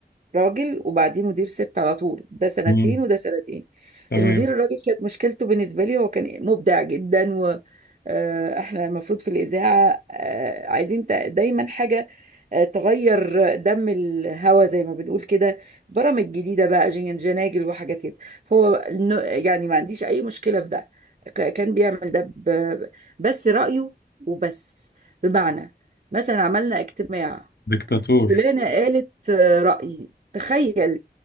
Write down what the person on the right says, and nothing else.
راجل وبعديه مدير ست على طول ده سنتين
وده سنتين
المدير الراجل كانت مشكلته بالنسبة لي هو كان مبدع جدا و آه، احنا المفروض في الإذاعة آه، عايزين ت- دايما حاجة آه، تغير دم الهوا زي ما بنقول كده برامج جديدة بقى جن- جناجل وحاجات كده هو ن- يعني ما عنديش أي مشكلة في ده ك- كان بيعمل ده ب- بس رأيه وبس بمعنى مثلا عملنا اجتماع
فلانة قالت آه، رأيي تخيل